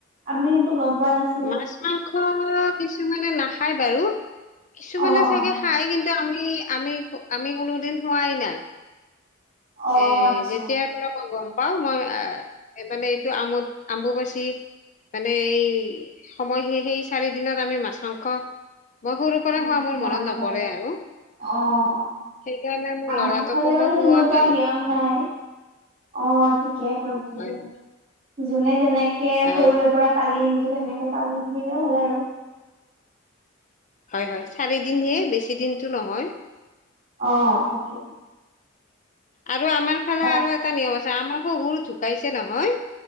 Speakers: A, on the right; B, on the left.
A: আমিটো গম পোৱা নাছিলোঁ‌।
B: মাছ মাংস কিছুমানে নাখায় বাৰু, কিছুমানে
A: অ অ
B: চাগে খাই কিন্তু আমি, আমি, আমি কোনোদিন খোৱাই নাই।
A: অ',
B: এ,
A: আচ্ছা
B: যেতিয়াৰ পৰা মই গম পাও, মই মানে এইটো আম্বু-আম্বুবাচি মানে এই সময়, সেই-সেই চাৰি দিনত আমি মাছ মাংস মই সৰুৰ পৰা
A: উম
B: খোৱা মোৰ
A: নাখায়
B: মনত নপৰে আৰু।
A: অ', অ'।
B: সেইকাৰণে মোৰ
A: আমাৰ
B: ল'ৰাটোকো
A: ফালে বাৰু
B: মই
A: তেনেকুৱা
B: খোঁওৱা নাই।
A: নিয়ম নাই, অ', ঠিকে কৰিছে
B: হয়
A: দিয়ক,
B: হয়
A: যোনে যেনেক যেনেকে
B: অ
A: সৰুৰে পৰা পালি আহিছোঁ, তেনেকে পালি উঠিলে হ'ল আৰু।
B: হয় হয়, চাৰিদিনহে বেছি দিনটো নহয়।
A: অ', তাকে।
B: আৰু আমাৰ
A: <unintelligible>
B: তাতো এটা নিয়ম আছে, আমাৰ শহুৰ ঢুকাইছে নহয়,